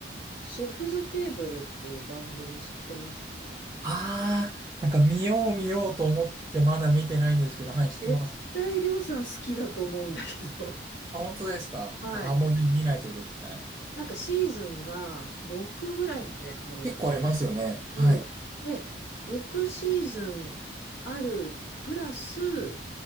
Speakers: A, on the left (about 70°); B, on the right (about 20°).
A: シェフズテーブルっていう番組知ってます
B: ああ、なんか見よう見ようと思ってまだ見てないんですけど、はい、知ってます。
A: 絶対りょうさん好きだと思うんだけど、
B: あ、本当ですかああー、
A: <laughs> はい。
B: もうね見ないと絶対。
A: なんかシーズンが6ぐらいまであるんです。
B: 結構ありますよね。はい。
A: うん。で、6シーズンあるプラス、